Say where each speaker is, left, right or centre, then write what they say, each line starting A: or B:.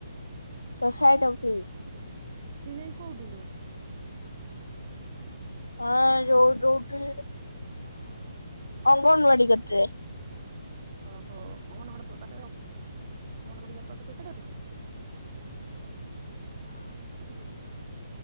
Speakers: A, on the left; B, on the right.
A: Society office.
B: ସେି ଯାଇ କୋଉଠିଲୁ?
A: ହଁ ଯୋଉ ରୋଉଠୁ ଅଙ୍ଗନବାଡି କତିରେ
B: ଓହୋ ଅଙ୍ଗନବାଡ ପାଖରେ ଅଙ୍ଗନବାଡିର ପାଖରେ ଶୋ ସୋସାଇଟି ଅଫିସ <unintelligible>